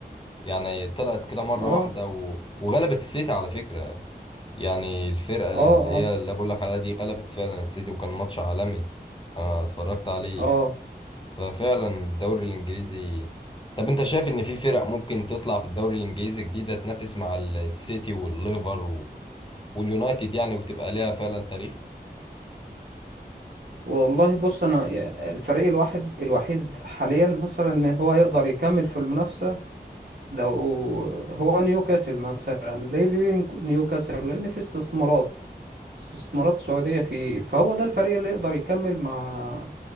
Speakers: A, on the left; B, on the right.
A: يعني طلعت كده مره
B: اه
A: واحده و- وغلبت السيتي على فكره يعني الفرقه اللي
B: اه
A: هي
B: اه
A: اللي بقول لك عليها دي غلبت فعلا السيتي وكان ماتش عالمي انا اتفرجت عليه
B: اه
A: ففعلا الدوري الانجليزي طب انت شايف ان في فرق ممكن تطلع في الدوري الانجليزي جديده تنافس مع السيتي والليفر واليونايتد يعني وتبقى ليها فعلا تاريخ
B: والله بص انا الفريق الواحد الوحيد حاليا مثلا ان هو يقدر يكمل في المنافسة لو هو نيوكاسل مثلا ليه ليه نيوكاسل لأن في استثمارات استثمارات سعودية فيه فهو ده الفريق اللي يقدر يكمل مع